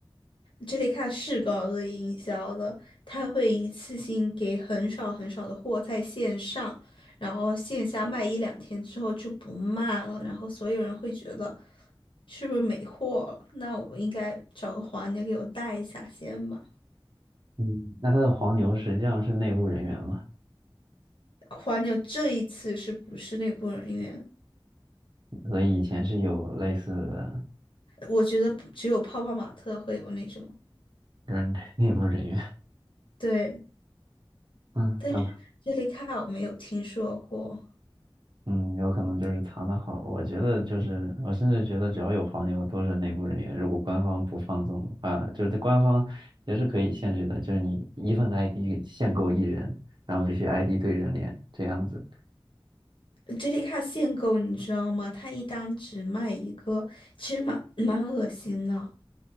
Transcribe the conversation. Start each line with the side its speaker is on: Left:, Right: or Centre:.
Left: 这里看是搞恶意营销的，他会一次性给很少很少的货在线上，然后线下卖一两天之后就不卖了，然后所有人会觉得是不是没货了？那我应该找个黄牛给我带一下先吧。
Right: 嗯，那他的黄牛实际上是内部人员嘛？
Left: 黄牛这一次是不是内部人员？
Right: 所以以前是有类似的
Left: 我觉得只有泡泡玛特会有那种，
Right: 跟 <laughs> 内部人员，
Left: 对，
Right: 嗯，
Left: 但是这里看我没有听说过。
Right: 那嗯，有可能就是藏得好。我觉得就是，我甚至觉得只要有黄牛都是内部人员。如果官方不放纵的话，就是官方也是可以限制的，就是你一份 ID 限购一人，然后必须 ID 对人脸这样子。
Left: 杰里卡限购，你知道吗？它一单只卖一个，其实蛮蛮恶心的。